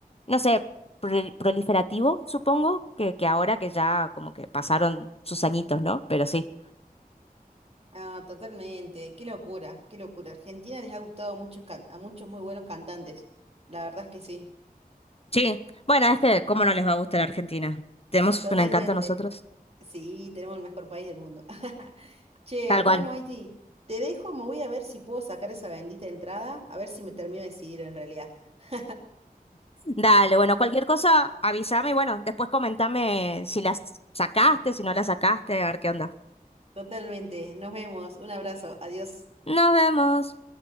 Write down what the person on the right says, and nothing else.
Ah, totalmente. Qué locura, qué locura. Argentina les ha gustado a muchos, can- a muchos muy buenos cantantes. La verdad es que sí,
totalmente.
Sí, tenemos el mejor país del mundo. <laughs> Che,
bueno,
Haití, te dejo, me voy a ver si puedo sacar esa bendita entrada, a ver si me termino de decidir en realidad. <laughs>
Totalmente, nos vemos, un abrazo, adiós.